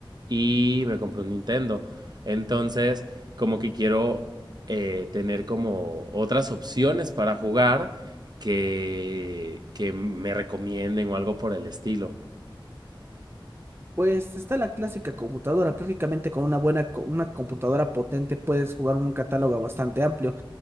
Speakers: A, on the right; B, on the right.
A: y me compré un Nintendo. Entonces, como que quiero eh, tener como otras opciones para jugar que, que me recomienden o algo por el estilo.
B: Pues está la clásica computadora, prácticamente con una buena co- una computadora potente puedes jugar un catálogo bastante amplio.